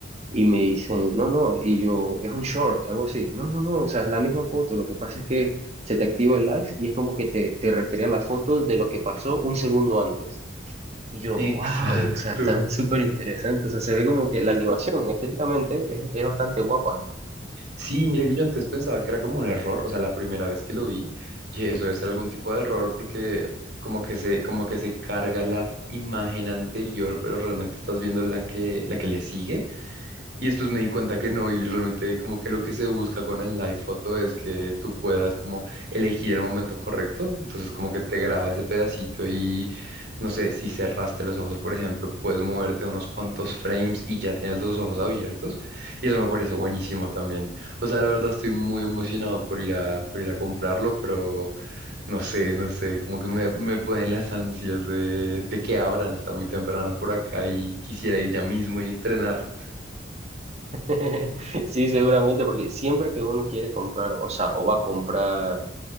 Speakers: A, on the right; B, on the right.
A: Y me dicen, no, no, y yo, es un short, algo así. No, no, no, o sea, es la misma foto. Lo que pasa es que se te activa el live y es como que te, te recrean la foto de lo que pasó un segundo antes. Y yo,
B: Exacto.
A: wow, o sea, está súper interesante. O sea, se ve como que la animación estéticamente es, es bastante guapa.
B: Sí, mira que yo antes pensaba que era como un error, o sea, la primera vez que lo vi, que eso es algún tipo de error porque como que se, como que se carga la imagen anterior, pero realmente estás viendo la que, la que le sigue. Y después me di cuenta que no, y realmente como que lo que se busca con el live photo es que tú puedas como elegir el momento correcto, entonces como que te graba ese pedacito y no sé, si cerraste los ojos, por ejemplo, puedes moverte unos cuantos frames y ya tienes los ojos abiertos, y eso me parece buenísimo también. O sea, la verdad estoy muy emocionado por ir a, por ir a comprarlo, pero no sé, no sé, como que me, me pueden las ansias de, de que abran, está muy temprano por acá y quisiera ir ya mismo y estrenar.
A: <laughs> Sí, seguramente, porque siempre que uno quiere comprar, o sea, o va a comprar